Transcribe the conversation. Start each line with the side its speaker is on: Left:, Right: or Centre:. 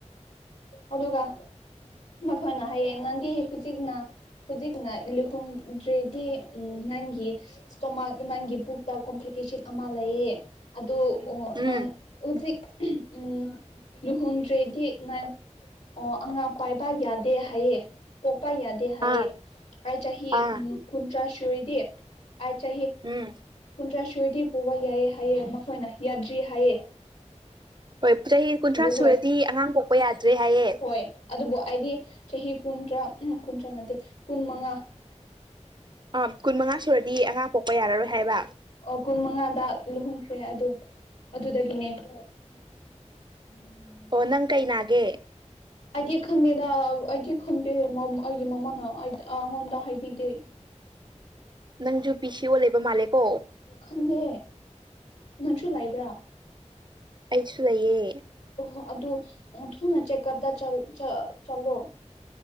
Left: ꯑꯗꯨꯒ ꯃꯈꯣꯏꯅ ꯍꯥꯏꯌꯦ ꯅꯟꯗꯤ ꯍꯨꯖꯤꯛꯅ ꯍꯨꯖꯤꯛꯅ ꯂꯨꯈꯣꯡꯗ꯭ꯔꯦꯗꯤ ꯎꯝ ꯅꯪꯒꯤ꯫ ꯏꯁꯇꯣꯃꯥꯛ ꯅꯪꯒꯤ ꯄꯨꯛꯇ ꯀꯣꯝꯄ꯭ꯂꯤꯀꯦꯁꯟ ꯑꯃ ꯂꯩꯌꯦ ꯑꯗꯨ ꯑꯣ
Right: ꯎꯝ
Left: ꯅꯥꯟ ꯍꯧꯖꯤꯛ ꯎꯝ ꯎꯝ ꯂꯨꯍꯣꯡꯗ꯭ꯔꯦꯗꯤ꯫ ꯅꯪ ꯑꯣ ꯑꯉꯥꯡ ꯄꯥꯏꯕ ꯌꯥꯗꯦ ꯍꯥꯏꯌꯦ ꯄꯣꯛꯄ ꯌꯥꯗꯦ ꯍꯥꯏꯌꯦ꯫
Right: ꯑꯥ
Left: ꯑꯩ ꯆꯍꯤ
Right: ꯑꯥ
Left: ꯎꯝ ꯀꯨꯟꯊꯔꯥ ꯁꯨꯔꯗꯤ ꯑꯥꯏ ꯆꯍꯤ
Right: ꯎꯝ
Left: ꯀꯨꯟꯇꯊꯔꯥ ꯁꯨꯔꯗꯤ ꯄꯣꯕ ꯌꯥꯏꯑꯦ ꯍꯥꯏꯌꯦ ꯃꯈꯣꯏꯅ ꯌꯥꯗ꯭ꯔꯤ ꯍꯥꯏꯑꯦ
Right: ꯍꯣꯏ ꯆꯍꯤ ꯀꯨꯟꯊ꯭ꯔꯥ
Left: ꯍꯣꯏ
Right: ꯁꯨꯔꯗꯤ ꯑꯉꯥꯡ ꯄꯣꯛꯄ ꯌꯥꯗ꯭ꯔꯦ ꯍꯥꯏꯌꯦ꯫
Left: ꯍꯣꯏ ꯑꯗꯨꯕꯨ ꯑꯩꯗꯤ ꯆꯍꯤ ꯀꯨꯟ ꯇ꯭ꯔꯥ ꯎꯝ ꯀꯨꯟꯊ꯭ꯔꯥ ꯅꯠꯇꯦ ꯀꯨꯟ ꯃꯉꯥ꯫
Right: ꯑ ꯀꯨꯟ ꯃꯉꯥ ꯁꯨꯔꯗꯤ ꯑꯉꯥꯡ ꯄꯣꯛꯄ ꯌꯥꯔꯔꯣꯏ ꯍꯥꯏꯕ꯫
Left: ꯑꯣ ꯀꯨꯟ ꯃꯉꯥꯗ ꯂꯨꯍꯣꯡꯈ꯭ꯔꯦ ꯑꯗꯣ ꯑꯗꯨꯗꯒꯤꯅꯦ꯫ <inaudible>
Right: ꯑꯣ ꯅꯪ ꯀꯩ ꯅꯥꯒꯦ꯫
Left: ꯑꯩꯗꯤ ꯈꯪꯗꯦꯗ ꯑꯩꯗꯤ ꯈꯪꯗꯦ ꯃꯝ ꯑꯥ ꯑꯩꯒꯤ ꯃꯃꯥꯅ ꯑꯩ ꯑꯉꯣꯟꯗ ꯍꯥꯏꯕꯤꯗꯦ꯫
Right: ꯅꯪꯖꯨ ꯄꯤ ꯁꯤ ꯑꯣ ꯂꯩꯕ ꯃꯥꯜꯂꯦꯀꯣ꯫
Left: ꯈꯟꯗꯦ ꯅꯪꯁꯨ ꯂꯩꯥꯕ꯭ꯔꯥ꯫
Right: ꯑꯩꯁꯨ ꯂꯩꯌꯦ꯫
Left: ꯑꯣꯍꯣ ꯑꯗꯨ ꯅꯪ ꯊꯨꯅ ꯆꯦꯛꯀꯞꯇ ꯆꯜ ꯆ ꯆꯂꯣ